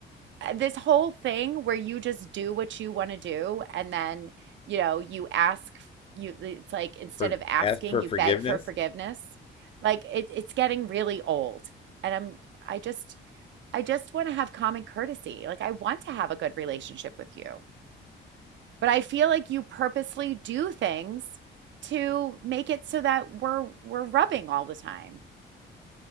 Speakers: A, on the right (about 70°); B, on the left (about 30°).
A: uh, this whole thing where you just do what you want to do and then, you know, you ask you it's like
B: <laughs>
A: instead
B: for
A: of asking,
B: ask for
A: you
B: forgiveness,
A: beg for forgiveness. Like it, it's getting really old. And I'm I just I just want to have common courtesy. Like I want to have a good relationship with you. But I feel like you purposely do things to make it so that we're we're rubbing all the time.